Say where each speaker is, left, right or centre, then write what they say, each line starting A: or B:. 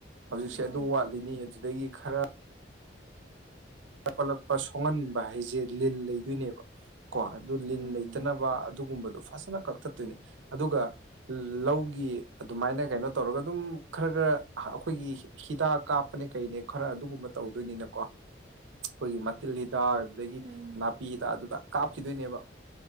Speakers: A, on the right; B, on the right.
A: ꯍꯧꯖꯤꯛꯁꯦ
B: ꯃꯥꯅꯤ
A: ꯑꯗꯨ
B: ꯃꯥꯅꯤ
A: ꯋꯥꯠꯂꯤꯅꯤ ꯑꯗꯨꯗꯒꯤ ꯈꯔ ꯈꯣꯠꯂꯛꯄ ꯁꯣꯡꯍꯟꯕ ꯍꯥꯏꯁꯦ ꯂꯤꯟ ꯂꯩꯗꯣꯏꯅꯦꯕ ꯀꯣ ꯑꯗꯨ ꯂꯤꯟ
B: ꯎꯝ
A: ꯂꯩꯇꯅꯕ ꯑꯗꯨꯒꯨꯝꯕꯗꯨꯣ ꯐꯖꯅ ꯀꯛꯊꯠꯇꯣꯏꯅꯤ ꯑꯗꯨꯒ ꯂꯧꯒꯤ ꯑꯗꯨꯃꯥꯏꯅ ꯀꯩꯅꯣ ꯇꯧꯔꯒ ꯑꯗꯨꯝ ꯈꯔ ꯈꯔ ꯑꯩꯈꯣꯏꯒꯤ ꯍꯤꯗꯥꯛ ꯀꯥꯞꯄꯅꯦ ꯀꯩꯅꯦ ꯈꯔ ꯑꯗꯨꯒꯨꯝꯕ ꯇꯧꯗꯣꯏꯅꯤꯅꯀꯣ ꯑꯩꯈꯣꯏꯒꯤ ꯃꯇꯤꯤꯟ ꯍꯤꯗꯥꯛ ꯑꯗꯨꯗꯒꯤ
B: ꯎꯝ
A: ꯅꯥꯄꯤ ꯍꯤꯗꯥꯛ ꯑꯗꯨꯗ ꯀꯥꯞꯈꯤꯗꯣꯏꯅꯦꯕ